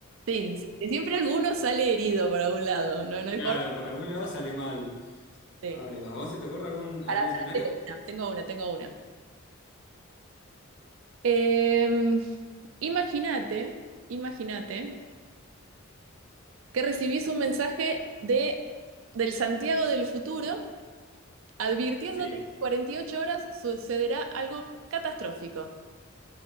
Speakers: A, on the right; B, on the left.
A: Sí, sí, sí, siempre alguno sale herido por algún lado, no, no hay
B: Claro,
A: forma.
B: por algún lado sale mal.
A: Sí.
B: Ay, Dios, ¿a vos se te ocurre algún,
A: Pará,
B: algún escenario?
A: pará, tengo una, tengo una, tengo una. Em, imagínate, imagínate que recibís un mensaje de, del Santiago del futuro advirtiéndote
B: Sí.
A: que en 48 horas sucederá algo catastrófico.